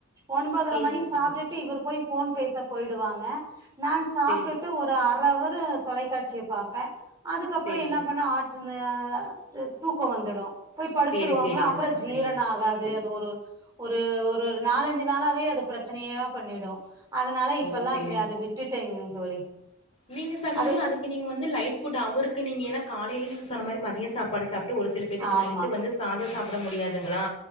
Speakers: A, on the right (about 15°); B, on the left (about 25°).
A: ஒன்பதரை
B: சேரிங்க
A: மணி சாப்பிட்டுட்டு
B: சகோதரி
A: இவரு போய் ஃபோன் பேச போயிடுவாங்க ஆஸ் நா சாப்டுட்டு
B: சேரி
A: ஒரு அறவு தொலைக்காட்சிய பாப்ப அதுக்கப்புறோ
B: சேரிங்க
A: என்ன பண்ணா ஆ <unintelligible> தூக்கோ வந்துடோ போய் படுத்துருவாங்களா
B: சேரி சேரிங்க
A: அப்புறோ
B: சகோதரி
A: ஜீரண ஆகாது அது ஒரு ஒரு ஒரு ஒரு ஒரு நாலஞ்சு நாளாவே அது பிரச்சனையா பண்ணிடோ அதனால இப்பெல்லா
B: ஓ சேரிங்க
A: அத விட்டுட்டேங்க தோழி
B: நீங்க சகோதரி
A: அது
B: அதுக்கு நீங்க வந்து லைட்புட் அவருக்கு நீங்க ஏன்ன காலையிலே நீ சொன்னதிரி மதியம் சாப்பாடு சாப்பிட்டு ஒரு சில பேத்துக்கு
A: ஆமா
B: நைட்டு வந்து சாத சாப்பிட முடியாதுங்களா